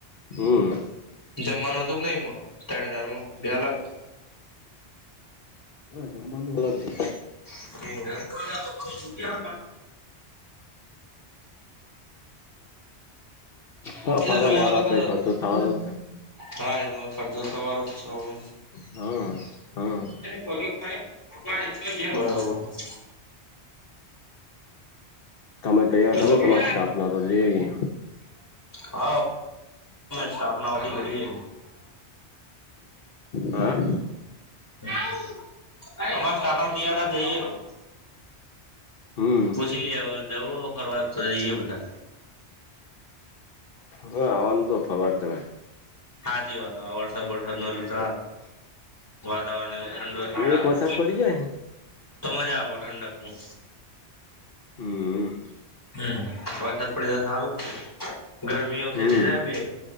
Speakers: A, on the left; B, on the left.
A: હમ
B: જમા નોતું કે નહી, મ ત્રણ હજારમાં બે અ. લગ <unintelligible>
A: હા, જમવાનું અલગ છે.
B: એ હ.
A: હ,
B: એ
A: ફજાને
B: તો જમવા
A: આ
B: અલગ
A: આપ પ
B: જ
A: ખચો તનો છે. <unintelligible>
B: હા, એ તો કરજો, તોવારો જ છમે.
A: હમ, હમ.
B: <unintelligible>
A: તમે તૈયાર
B: બીજું
A: કરો,
B: કો
A: તમારી સ્ટાફ ના તો જોઈએ.
B: હા, સ્થાપનાતી.
A: હા
B: તમારે સ્ટાા તર હજાર જઈે તું <unintelligible>
A: હમ.
B: પછી લી જવું, ફરવા તો જઈએ બધા.
A: હા, આનંદ થવાર જાય.
B: હા, જે વાત વરસાદ વરસાદ નો.
A: ધ. <unintelligible>
B: વાતાવરણ એવું ઠંડુ એટલે સારું
A: એક વરસાદ પડી જાય ને
B: તો મજા આપો ઠંડક નું.
A: હમ.
B: હમ, વરસાદ પડી જાય સારું છે, ગરમી ઓછી
A: હમ
B: થઈ જાય બે.